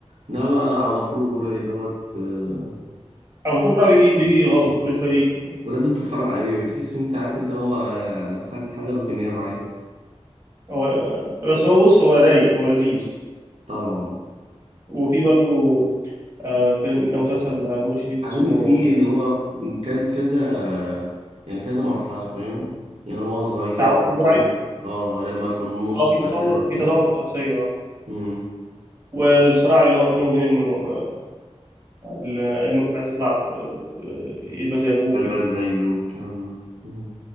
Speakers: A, on the right; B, on the right.
A: لا بقى عبد الغفور البرعي دوت آه،
B: او المفروض بقى بيجي بيجي غصب كل شويه يجي
A: ولازم تتفرج عليه بتحس انت عارف انت اللي هو آه، حاجة حاجة روتينية معايا
B: هو بس هو بص هو رايق هو لذيذ
A: طبعا
B: وفي برضو آه، فيلم آه، مسلسل آه، نور الشريف
A: عاجبني
B: اسمه
A: فيه ان هو ك- كذا يعني كذا مرحلة فاهم يعني هو صغير
B: بتاع وفير برعي
A: لما اه لما في النص
B: اه في
A: بقى
B: تطور
A: كان كبير
B: في تطور في الشخصيه اه
A: امم
B: والصراع اللي هو بينه وبين ابنه آه، اللي ابنه مش عايز يطلع في... في... يبقى زي ابوه
A: شغال
B: كده
A: زيه والكلام ده مم.